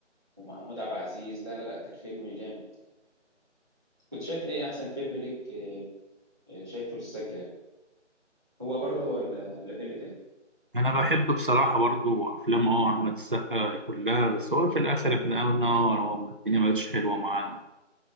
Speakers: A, on the right; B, on the right.
A: ومحمود عبد العزيز لا لا لا كان فيلم جامد كنت شايف ايه احسن فيلم ليك آه، آه، شايفه للسجة يعني؟ هو برضه ولا ولا فيلم تاني
B: انا بحب بصراحه برضو افلام اه احمد السقا كلها بس هو في الاخر احنا قلنا هو الدنيا ما بقتش حلوه معاه